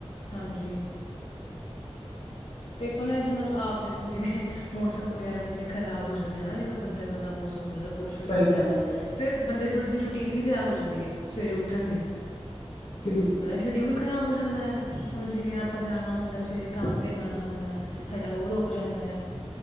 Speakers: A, on the left; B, on the left.
A: ਹਾਂਜੀ, ਦੇਖੋ ਨਾ ਇਹਦੇ ਨਾਲ ਆਪ ਦੇਖੋ ਜਿਵੇਂ ਮੌਸਮ ਵਗੈਰਾ ਜਿਵੇਂ ਖ਼ਰਾਬ ਹੋ ਜਾਂਦੇ ਹਨਾ, ਜਿਵੇਂ ਬੱਦਲ ਵਾਲਾ ਮੌਸਮ ਹੋ ਜਾਂਦਾ। ਕੁਛ ਹੋ ਜਾਂਦਾ
B: ਸਹੀ ਗੱਲ
A: ਆ
B: ਹੈ
A: ਫਿਰ ਬੰਦੇ ਥੋੜ੍ਹੇ ਰੂਟੀਨ ਵੀ ਖ਼ਰਾਬ ਹੋ ਜਾਂਦੀ ਹੈ ਸਵੇਰੇ ਉੱਠਣ ਦੀ
B: ਬਿਲਕੁਲ
A: ਸਾਰਾ ਸ਼ਡਿਊਲ ਖਰਾਬ ਹੋ ਦ ਨੈ <inaudible> ਹੁਣ ਜਿਵੇਂ ਆਪਾਂ ਜਾਣਾ ਹੁੰਦਾ ਸਵੇਰੇ ਕੰਮ ਤੇ ਜਾਣਾ ਹੁੰਦਾ ਸਾਡਾ ਉਹ ਰੁਕ ਜਾਂਦਾ ਆ।